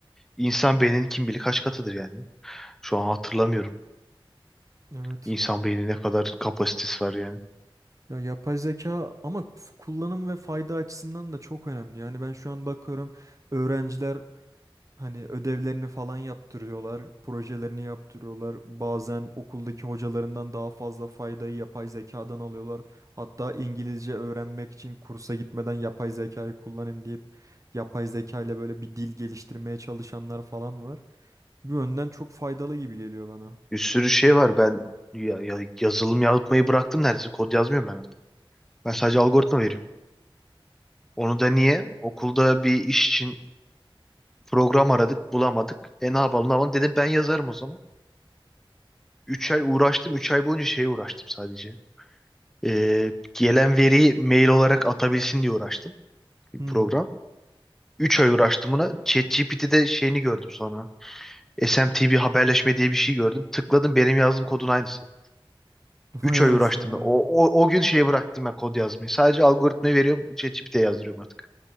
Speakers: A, in the centre; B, on the right.
A: İnsan beyninin kim bilir kaç katıdır yani. Şu an hatırlamıyorum.
B: Evet.
A: İnsan beynine ne kadar kapasitesi var yani.
B: Ya yapay zeka ama f- kullanım ve fayda açısından da çok önemli. Yani ben şu an bakıyorum öğrenciler Hani ödevlerini falan yaptırıyorlar, projelerini yaptırıyorlar. Bazen okuldaki hocalarından daha fazla faydayı yapay zekadan alıyorlar. Hatta İngilizce öğrenmek için kursa gitmeden yapay zekayı kullanayım deyip yapay zeka ile böyle bir dil geliştirmeye çalışanlar falan var. Bu yönden çok faydalı gibi geliyor bana.
A: Bir sürü şey var. Ben ya, ya- yazılım yapmayı bıraktım neredeyse. Kod yazmıyorum ben artık. Ben sadece algoritma veriyorum. Onu da niye? Okulda bir iş için program aradık, bulamadık. E ne yapalım, ne yapalım? Dedim ben yazarım o zaman. 3 ay uğraştım. üç ay boyunca şeye uğraştım sadece. Ee, gelen veriyi mail olarak atabilsin diye uğraştım. Bir
B: Hmm.
A: program. 3 ay uğraştım buna. ChatGPT'de şeyini gördüm sonra. SMTV haberleşme diye bir şey gördüm. Tıkladım benim yazdığım kodun aynısı.
B: <laughs> Vay
A: 3 ay
B: anasını
A: uğraştım
B: ya.
A: ben. O, o, o gün şeye bıraktım ben kod yazmayı. Sadece algoritmayı veriyorum. ChatGPT'ye yazdırıyorum artık.